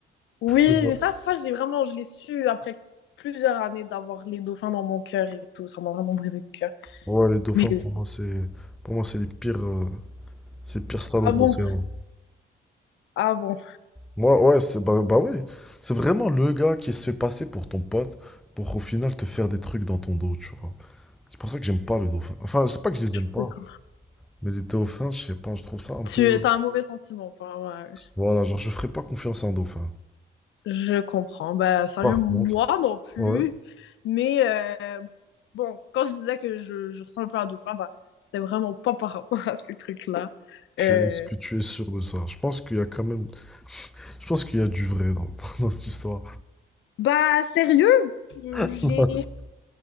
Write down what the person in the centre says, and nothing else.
<laughs>
Ouais, les dauphins
pour moi c'est. Pour moi c'est les pires. euh, C'est les pires salauds
de
l'océan.
Moi, ouais, c'est bah, bah ouais. C'est vraiment le gars qui se fait passer pour ton pote pour au final te faire des trucs dans ton dos, tu vois. C'est pour ça que j'aime pas les dauphins. Enfin, c'est pas que je les aime pas,
mais les dauphins, je sais pas, je trouve ça un
peu.
Voilà, genre, je ferais pas confiance à un dauphin.
Par
contre,
ouais,
tu
es- est-ce que tu es sûr de ça? Je pense qu'il y a quand même. Je pense qu'il y a du vrai dans, <laughs> dans cette histoire.
<laughs>